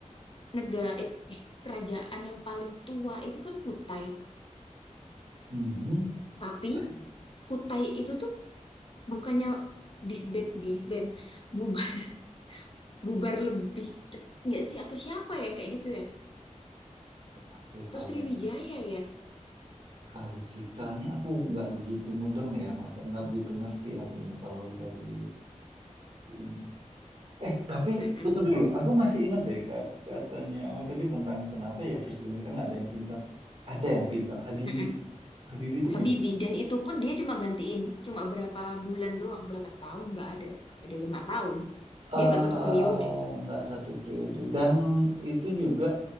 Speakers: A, on the left; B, on the right.
A: negara eh eh, kerajaan yang paling tua itu kan Kutai
B: Mhm.
A: tapi
B: Detail.
A: Kutai itu tuh bukannya disband disband bubar <laughs> bubar lebih cepat nggak sih atau siapa ya yang kayak gitu ya
B: Aku
A: atau
B: kalau
A: Sriwijaya
B: yang
A: ya
B: kalau detailnya aku nggak gitu mudeng ya, Mas. Nggak begitu ngerti akunya kalau dari ini. Eh, tapi
A: Mm-mm,
B: tunggu dulu. Aku masih inget deh ka- katanya awal tadi tentang kenapa ya presiden kita nggak ada yang pintar. Ada yang pintar, Habibie.
A: mm-mm.
B: Habibie itu
A: Habibie
B: pintar.
A: dan itu pun dia cuma gantiin cuma berapa bulan doang berapa tahun nggak ada nggak ada lima tahun
B: eh
A: dia nggak satu periode
B: nggak satu periode. Dan itu juga